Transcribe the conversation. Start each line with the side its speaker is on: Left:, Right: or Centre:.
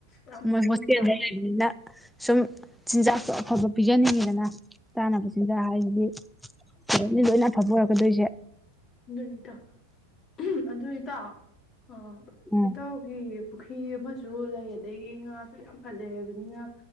Left: ꯌꯥꯝ
Centre: ꯃꯣꯏ
Left: ꯐꯩꯅꯦ
Centre: ꯍꯣꯁꯇꯦꯜꯗ
Left: ꯏꯇꯥꯎ
Centre: ꯂꯩꯕꯅꯤꯅ ꯁꯨꯝ ꯆꯤꯟꯖꯥꯛꯇꯣ ꯑꯐꯕ ꯄꯤꯖꯥ ꯅꯤꯡꯉꯤꯗꯅ ꯆꯥꯅꯕ ꯆꯤꯟꯖꯥꯛ ꯍꯥꯏꯁꯤꯗꯤ ꯂꯣꯏꯅ ꯂꯣꯏꯅ ꯑꯐꯕ ꯑꯣꯏ ꯀꯗꯣꯏꯖꯦ
Left: ꯑꯗꯨꯅꯦ ꯏꯇꯥꯎ ꯑꯗꯨ ꯏꯇꯥꯎ ꯑ
Centre: ꯎꯝ
Left: ꯏꯇꯥꯎꯒꯤ ꯐꯤ ꯑꯝꯖꯨ ꯂꯣ ꯂꯩ ꯑꯗꯒꯤ ꯉꯥꯁꯨ ꯌꯥꯝ ꯐꯖꯩ ꯍꯥꯏꯕꯅꯤꯅ